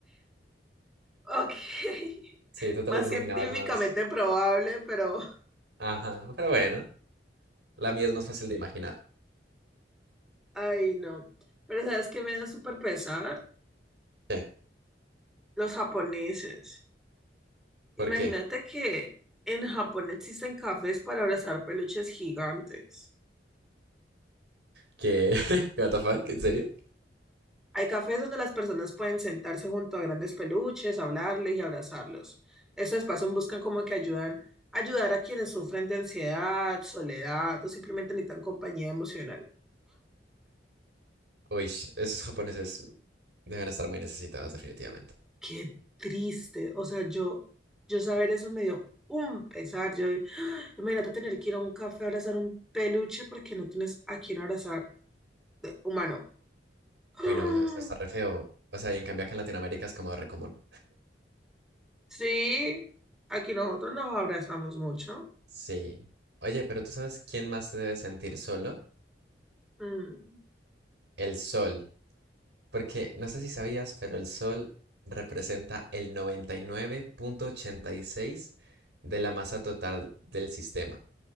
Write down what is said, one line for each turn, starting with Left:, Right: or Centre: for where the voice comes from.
Centre: Ok, <laughs>
Right: Sí, tú te
Centre: más
Right: las imaginabas
Centre: científicamente
Right: más.
Centre: probable, pero...
Right: Ajá, pero bueno, la mía es más fácil de imaginar.
Centre: Ay, no. Pero ¿sabes qué me da súper pesar?
Right: ¿Qué?
Centre: Los japoneses.
Right: ¿Por
Centre: Imagínate
Right: qué?
Centre: que en Japón existen cafés para abrazar peluches gigantes.
Right: ¿Qué? <laughs> ¿What the fuck? ¿En serio?
Centre: Hay cafés donde las personas pueden sentarse junto a grandes peluches, hablarles y abrazarlos. Estos espacios buscan como que ayudan, ayudar a quienes sufren de ansiedad, soledad o simplemente necesitan compañía emocional.
Right: Uy, esos japoneses deben estar muy necesitados, definitivamente.
Centre: Qué triste. O sea, yo, yo saber eso me dio un pesar. Yo, <gasps> ¡ah! imagínate tener que ir a un café a abrazar un peluche porque no tienes a quién abrazar de humano. <gasps> ¡Ah!
Right: Uy, no, eso, eso está re feo. O sea, y en cambio acá en Latinoamérica es como re común.
Centre: Sí, aquí nosotros nos abrazamos mucho.
Right: Sí. Oye, pero ¿tú sabes quién más se debe sentir solo?
Centre: Mm,
Right: El sol. Porque no sé si sabías, pero el sol representa el 99.86 de la masa total del sistema.